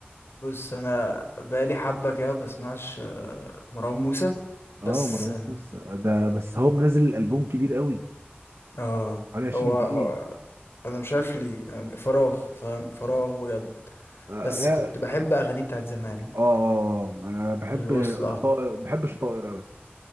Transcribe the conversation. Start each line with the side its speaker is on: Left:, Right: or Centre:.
Left: بص انا بقالي حبه كده بسمعش آه، مروان موسى بس
Right: اه مروان موسى ده بس هو منزل الالبوم كبير قوي
Left: اه
Right: حوالي 20
Left: هو
Right: اغنيه
Left: انا مش عارف ليه أنا فراغ فاهم فراغ بجد
Right: اه
Left: بس
Right: اه
Left: كنت بحب اغانيه بتاعت زمان
Right: آه، آه، انا بحب
Left: البوصلة
Right: شطائر بحب شطائر قوي